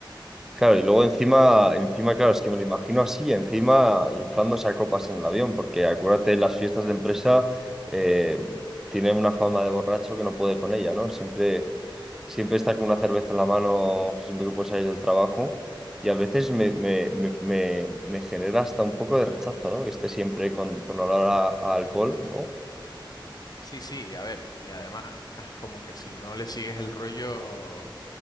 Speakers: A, in the centre; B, on the left.
A: Claro, y luego encima, encima, claro, es que me lo imagino así, encima inflándose a copas en el avión, porque acuérdate, las fiestas de empresa eh, tiene una fama de borracho que no puede con ella, ¿no? Siempre siempre estar con una cerveza en la mano siempre que puedo salir del trabajo y a veces me, me, me- me- me genera hasta un poco de rechazo, ¿no? Que esté siempre con, con olor a, a alcohol, ¿no?
B: Sí, sí, a ver, y además como que si no le sigues el rollo...